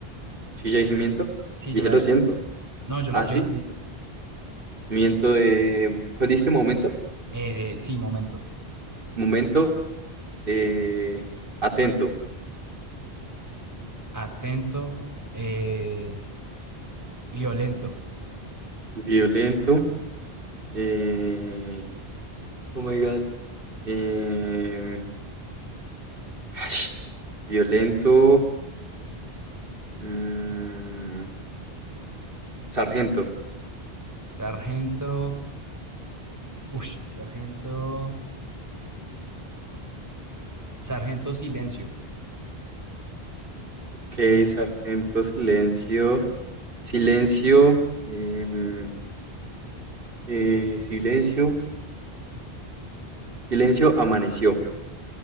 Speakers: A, on the right; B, on the right.
A: Si ya dije miento,
B: Sí,
A: dije
B: yo la
A: lo
B: dije.
A: siento.
B: No, yo
A: Ah,
B: la, yo
A: sí,
B: dije miento.
A: miento. eh, ¿Cuál dijiste momento?
B: Eh, sí, momento.
A: Momento, eh, atento.
B: Atento, eh, violento.
A: Violento. eh, Oh my God. em, <sighs> violento. mm, sargento.
B: Sargento, ush, sargento. Sargento Silencio.
A: Ok, sargento, silencio, silencio, em, eh, silencio, silencio, amaneció.